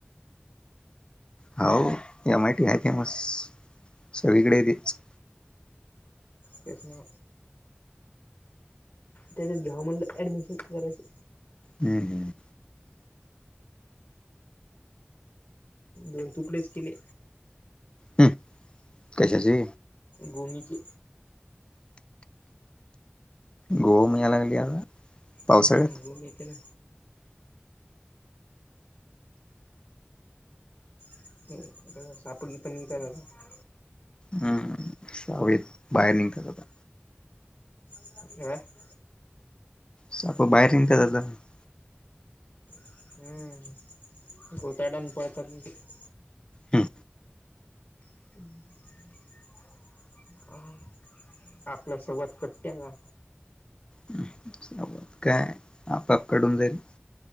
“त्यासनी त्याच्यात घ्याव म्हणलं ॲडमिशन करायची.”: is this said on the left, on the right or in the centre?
Left